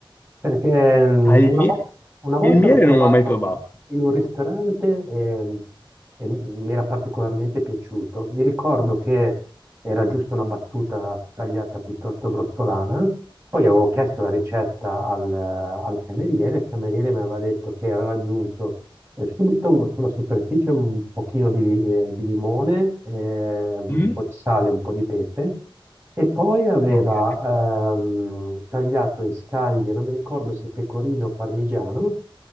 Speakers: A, on the right; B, on the left.
A: Perché mm,
B: al
A: una,
B: miele.
A: vo- una volta
B: Il miele
A: l'ho provato
B: non l'ho mai provato.
A: in un ristorante e, e mi era particolarmente piaciuto. Mi ricordo che era giusto una battuta tagliata piuttosto grossolana. Poi avevo chiesto la ricetta al, al cameriere, il cameriere mi aveva detto che aveva aggiunto eh, subito sulla superficie un pochino di, li- eh, di limone, eh, un
B: Mm,
A: po' di sale, un po' di pepe, e poi aveva
B: Ok,
A: ehm, tagliato in scaglie, non mi ricordo se pecorino o parmigiano,